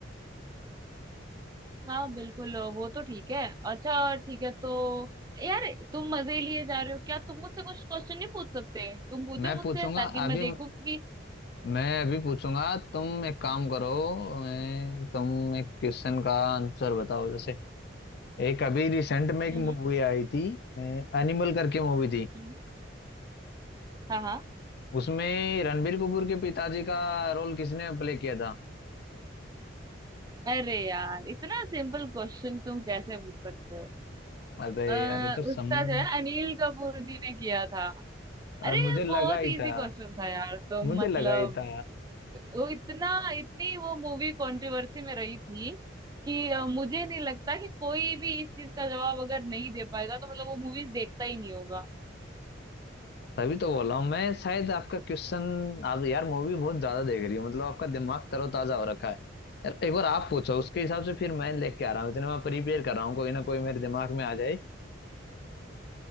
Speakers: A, on the right; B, on the left.
A: हाँ बिल्कुल वो तो ठीक है अच्छा ठीक है तो यार तुम मजे लिए जा रहे हो क्या तुम मुझसे कुछ क्वेश्चन नहीं पूछ सकते तुम पूछो
B: मैं
A: मुझसे
B: पूछूंगा
A: ताकि
B: अभी
A: मैं देखूं कि
B: मैं अभी पूछूंगा तुम एक काम करो मैं तुम एक क्वेश्चन का आंसर बताओ जैसे एक अभी रिसेंट में एक
A: हम्म हम्म।
B: मूवी आई थी एनिमल करके मूवी थी
A: हम्म। हाँ हाँ
B: उसमें रणबीर कपूर के पिताजी का रोल किसने प्ले किया था
A: अरे यार इतना सिंपल क्वेश्चन तुम कैसे पूछ सकते हो
B: अबे
A: आ,
B: यार ये तो समझ
A: उसका जो है अनिल कपूर जी ने किया था
B: अ,
A: अरे
B: मुझे
A: ये
B: लगा
A: बहुत
B: ही
A: इजी
B: था
A: क्वेश्चन था यार तुम
B: मुझे
A: मतलब
B: लगा ही था
A: वो इतना इतनी वो मूवी कंट्रोवर्सी में रही थी कि अ, मुझे नहीं लगता कि कोई भी इस चीज का जवाब अगर नहीं दे पाएगा तो मतलब वो मूवीज देखता ही नहीं होगा
B: तभी तो बोला हूँ मैं शायद आपका क्वेश्चन आप यार मूवी बहुत ज्यादा देख रही हो मतलब आपका दिमाग तरोताजा हो रखा है यार एक बार आप पूछो उसके हिसाब से फिर मैं लेके आ रहा हूँ इतने मैं प्रिपेयर कर रहा हूँ कोई ना कोई मेरे दिमाग में आ जाए